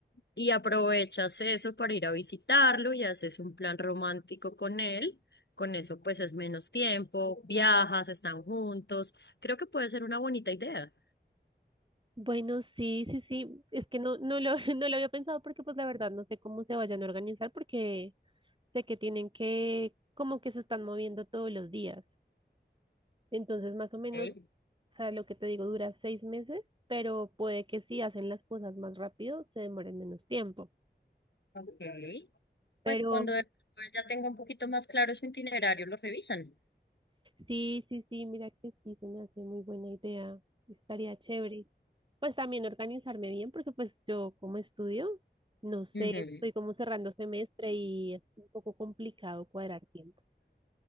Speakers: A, on the left; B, on the right.
A: y aprovechas eso para ir a visitarlo y haces un plan romántico con él. Con eso pues es menos tiempo, viajas, están juntos. Creo que puede ser una bonita idea.
B: Bueno, sí, sí, sí, es que no, no lo, <laughs> no lo había pensado porque pues la verdad no sé cómo se vayan a organizar porque sé que tienen que, como que se están moviendo todos los días. Entonces, más o menos,
A: Ok,
B: o sea, lo que te digo dura seis meses, pero puede que si hacen las cosas más rápido se demoren menos tiempo.
A: ok.
B: Pero
A: Pues cuando de pronto él ya tenga un poquito más claro su itinerario, lo revisan.
B: Sí, sí, sí, mira que sí, se me hace muy buena idea. Estaría chévere. Pues también organizarme bien, porque pues yo como estudio, no sé,
A: Ujú.
B: estoy como cerrando semestre y es un poco complicado cuadrar tiempo.